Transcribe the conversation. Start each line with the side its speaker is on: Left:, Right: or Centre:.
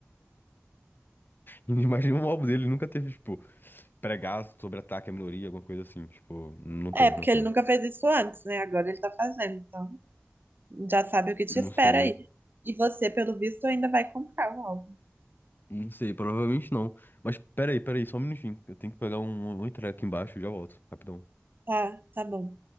Left: Imagina um álbum dele nunca teve, tipo, pregar sobre ataque à minoria, alguma coisa assim. Tipo, não tem,
Right: É, porque
Left: não tem.
Right: ele nunca fez isso antes, né? Agora ele tá fazendo, então já sabe o que te
Left: Não
Right: espera
Left: sei.
Right: aí. E você, pelo visto, ainda vai comprar o álbum.
Left: Não sei, provavelmente não. Mas peraí, peraí, só um minutinho. Eu tenho que pegar um, um entrega aqui embaixo e já volto. Rapidão.
Right: Tá, tá bom.